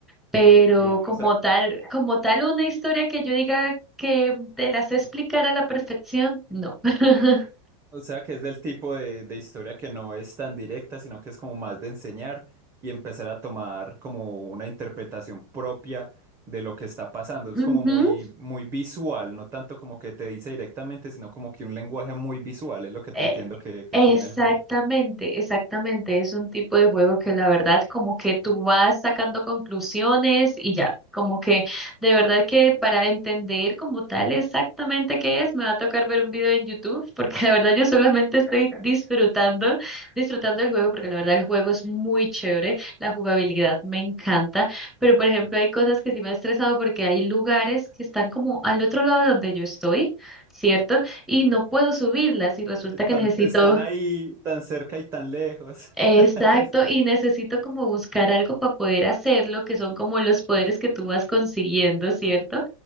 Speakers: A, in the centre; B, on the right.
A: Pero
B: entiendo.
A: como
B: O sea,
A: tal, como tal una historia que yo diga que te las sé explicar a la perfección, no. <laughs>
B: o sea que es del tipo de, de historia que no es tan directa, sino que es como más de enseñar y empezar a tomar como una interpretación propia de lo que está pasando. Es
A: Ujú.
B: como muy, muy visual, no tanto como que te dice directamente, sino como que un lenguaje muy visual es lo que te
A: Eh,
B: entiendo que, que
A: exactamente,
B: tiene el juego.
A: exactamente. Es un tipo de juego que la verdad como que tú vas sacando conclusiones y ya, como que de verdad que para entender como tal exactamente qué es, me va a tocar ver un video en YouTube <laughs> porque la verdad yo solamente estoy disfrutando, disfrutando del juego porque la verdad el juego es muy chévere, la jugabilidad me encanta, pero por ejemplo hay cosas que sí me ha estresado porque hay lugares que están como al otro lado de donde yo estoy. ¿cierto? y no puedo subirlas y resulta
B: Están,
A: que necesito,
B: están ahí tan cerca y tan lejos.
A: exacto,
B: <laughs>
A: y necesito como buscar algo para poder hacerlo, que son como los poderes que tú vas consiguiendo, ¿cierto?